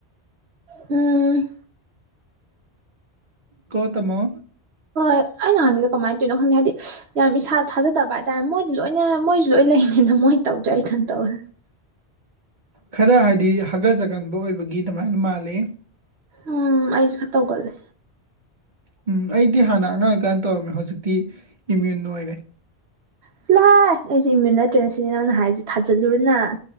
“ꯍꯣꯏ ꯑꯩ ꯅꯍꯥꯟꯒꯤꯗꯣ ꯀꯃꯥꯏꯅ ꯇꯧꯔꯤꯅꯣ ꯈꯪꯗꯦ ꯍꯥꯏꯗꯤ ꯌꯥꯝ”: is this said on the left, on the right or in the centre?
Right